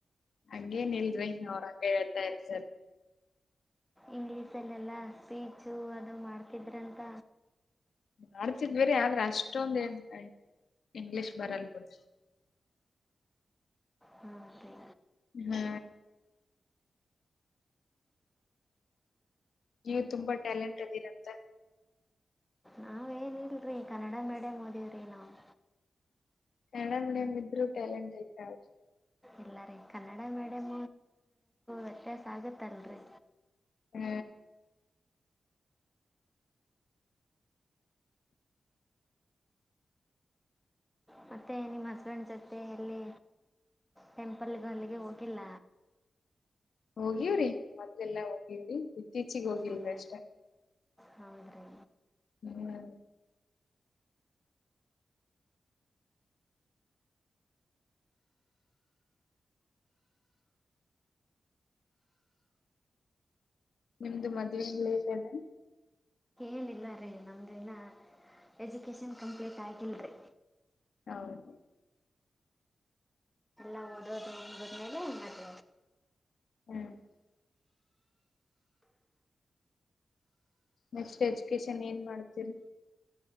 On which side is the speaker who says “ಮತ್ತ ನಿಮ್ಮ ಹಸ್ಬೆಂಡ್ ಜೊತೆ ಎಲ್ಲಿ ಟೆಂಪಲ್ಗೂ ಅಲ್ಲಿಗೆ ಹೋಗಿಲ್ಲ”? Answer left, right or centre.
Centre